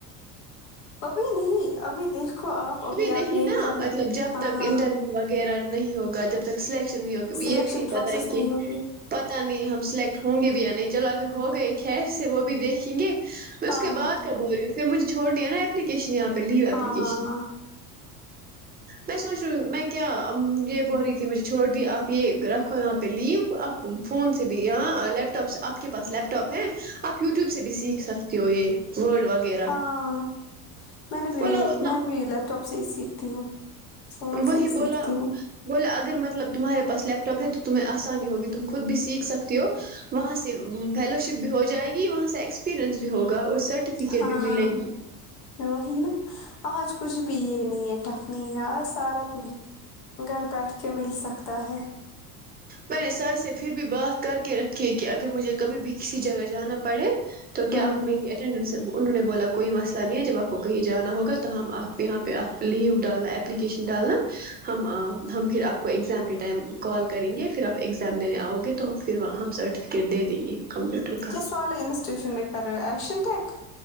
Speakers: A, on the left (about 80°); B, on the right (about 20°).
A: ابھی نہیں ابھی دیکھو آپ ابھی
B: نہیں
A: آپ یہ
B: نا
A: کر
B: مطلب جب
A: ہاں
B: تک انٹرویو وغیرہ نہیں ہوگا جب تک سلیکٹ ہوگ
A: سلیکشن
B: یہ بھی نہیں پتا
A: پروسیس
B: ہے
A: نہیں
B: کہ
A: ہوگی
B: پت نہیں ہم سلیکٹ ہوں گے بھییا نہیں چلو اگر ہو گئے خیر سے وہ بھی دیکھیں گے پھر
A: ہاں
B: اس کے بعد کبول رہی ہو پھر مجھےھوڑ ہے نا اپپلیکشن یہاںہ لو ایپلیکیشن
A: ہاں ہاں
B: میں سوچ رہی میں کیا یہ بول رہی تھی مجھے چھوڑ دی آپ یہ رکھو یہاں پہ لیو آپ فون سے بھی یہاں لیپ ٹاپ آپ کے پاس لیپ ٹاپ ہے آپ یوٹیوب سے بھی سیکھ سکتے ہو یہ وڈ وغیرہ
A: ہاں میں نے بھی
B: بولا اتنا
A: میں بھی ل اسٹاپ سے سیکھتی ہوں فون سے
B: وہی
A: ہی سیکھتی
B: بولا
A: ہوں
B: بولا اگر مطلب تمہارے پاس لیپ ٹاپ ہے تو تمہیں آسانی ہوگی تم خود بھی سیکھ سکتی ہو وہاں سے فیلو شپ بھی ہو جائے گی وہاں سے ایکسپیرئنس بھی ہوگا اور سرٹیفکیٹ
A: ہاں
B: بھی ملے گی
A: وہی نا آج کچھ بھی یہ نہیں ایٹا نی ار سارا تمہیں گھر بیٹھ کے مل سکتا ہے
B: میں نے سر سے پھر بھی بات کر کے رکھی ہے کہ اگر مجھے کبھی بھی کسی جگہ جانا پڑے تو کیا
A: ہوں
B: میری اٹینڈنس انہوں نے بولا کوئی مسئلہ نہیں ہے جب آپ کو کہیں جانا ہوگا تو ہم آپ کے یہاں پہ آپ لیو ڈالنا اپلیکیشن ڈالنا ہم ہم پھر آپ کو ایگزام کے ٹائم کال کریں گے پھر آپ ایگزام دینے آؤ گے تو پھر وہاں ہم سرٹیفکیٹ دے دیں گے کمپیوٹر کا
A: کی س والالے انسٹیوشن میں کر ایشن یک